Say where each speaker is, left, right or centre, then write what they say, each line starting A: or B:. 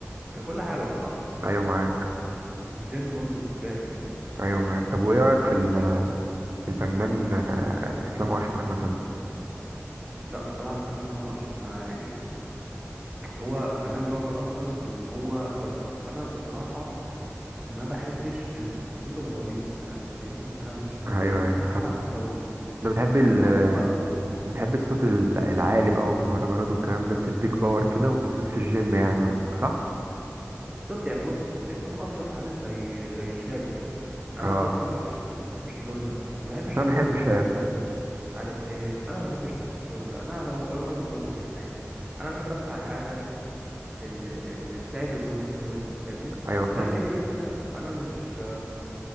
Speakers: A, on the right (about 15°); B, on the right (about 50°).
A: ككل حاجه بصراحه
B: ايوه معاك
A: الجيم برضو بالذات يعني
B: ايوه معاك طب وايه رايك في ال- في الفنان آه، اسلام اشرف مثلا
A: لا بصراحه الفنان اسلام اشرف انا يعني هو فنان رابر اكتر من إن هو ارتست فانا بصراحه ما بحبش ال- الصوت الغليظ ده انت فاهمني انا ما بحبش اسمع
B: ايوه
A: صوت
B: ايوه
A: ممكن
B: انا فاهم
A: اسمع سام كابونجا
B: انت بتحب ال
A: انما هو
B: بتحب الصوت ال- العالي بقى والمهرجانات والكلام ده بتديك باور كده وبالذات في الجيم يعني قصدك صح؟
A: بالظبط يعني بص اسلام اشرف عامل زي زي شهاب كده انا
B: اه
A: بصراحه ما بحبش الناس- ما بحبش اللون ده ما بحبش
B: بس انا
A: اللي
B: بحب
A: هو بيتش
B: شاب
A: نيجا مش عارف ايه انا ما بحبش يعني الشغل ده انا لو انا راجل دغري يعني انا بحب اسمع الحاجه اللي, اللي اللي تعجب ود- ودني فاهمني
B: ايوه فاهمك
A: لكن غير كده انا مش